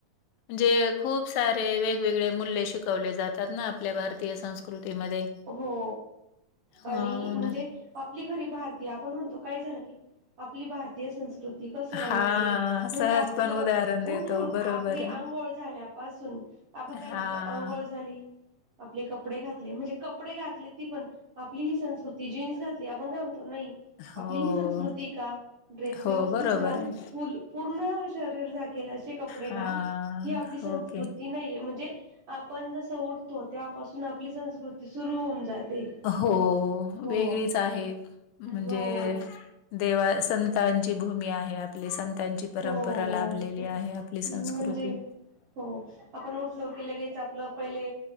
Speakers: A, on the left; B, on the right.
A: जे खूप सारे वेगवेगळे मूल्य शिकवले जातात ना, आपल्या भारतीय संस्कृतीमध्ये.
B: हो.
A: हो
B: आणि म्हणजे
A: ना.
B: आपली खरी भारतीय आपण म्हणतो काय झालं की, आपली भारतीय संस्कृती ती कसं राहिलं
A: हा
B: पाहिजे, म्हणजे
A: सहज
B: आपलं
A: पण उदाहरण देतो
B: उठून
A: बरोबर
B: आपली आंघोळ
A: आहे.
B: झाल्यापासून आपण काय
A: हा.
B: करतो आंघोळ झाली, आपले कपडे घातले म्हणजे कपडे घातले ती पण आपली ही संस्कृती जीन्स घातली, आपण काय म्हणतो नाही.
A: हो,
B: आपली ही संस्कृती का? ड्रेस
A: हो
B: व्यवस्थित
A: बरोबर
B: घाल,
A: आहे.
B: फुल पूर्ण शरीर झाक केल असे कपडे
A: हा
B: घाल, ही आपली संस्कृती
A: ओके.
B: ती नाहीे, म्हणजे आपण जसं उठतो, तेव्हापासून आपली संस्कृती सुरु होऊन जाते.
A: हो
B: हो
A: वेगळीच आहे. म्हणजे
B: हो
A: देवा संतांची भूमी आहे आपली, संतांची परंपरा
B: हो
A: लाभलेली आहे. आपली संस्कृती.
B: म्हणजे हो आपण उठलो की लगेच आपलं पहिले